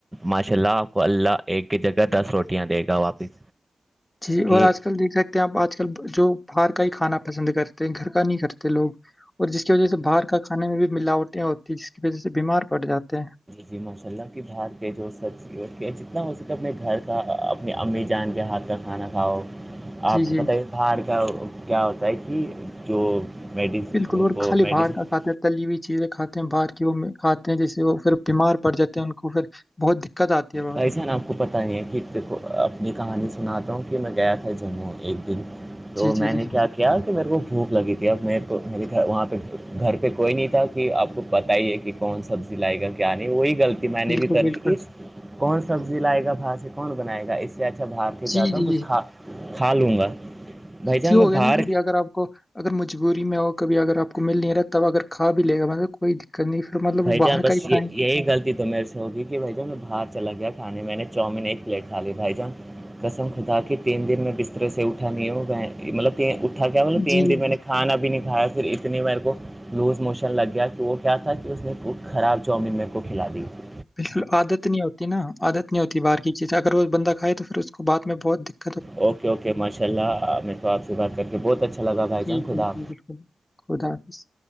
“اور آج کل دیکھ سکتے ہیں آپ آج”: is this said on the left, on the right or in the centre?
Left